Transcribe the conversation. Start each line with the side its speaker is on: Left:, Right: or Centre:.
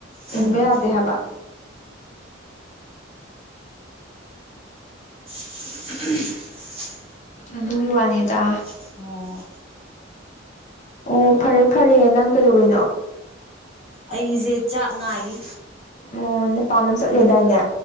Right: ꯎꯝ
Left: ꯏꯟꯕ ꯌꯥꯗꯦ ꯍꯥꯏꯕ
Right: ꯎꯝ
Left: ꯑꯗꯨꯒꯤ ꯋꯥꯅꯤꯗ
Right: ꯑꯥ
Left: ꯑꯣ ꯐꯔꯦ ꯐꯔꯦ ꯅꯪ ꯀꯩꯗꯧꯔꯤꯅꯣ
Right: ꯑꯩꯖꯦ ꯆꯥꯛ ꯉꯥꯏꯔꯤ
Left: ꯑꯣ ꯅꯄꯥꯝꯗ ꯆꯠꯂꯦꯗꯥꯏꯅꯦ